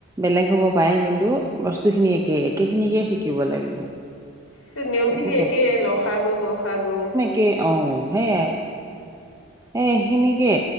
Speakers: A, on the right (about 15°); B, on the left (about 70°).
A: বেলেগ হ'ব পাৰে কিন্তু বস্তুখিনি একে একে খিনিকে শিকিব লাগিব।
B: সেই নিয়মখিনি
A: একো
B: একেই ল খা গু গ খা গু।
A: কে অ সেইয়াই এইখিনিকে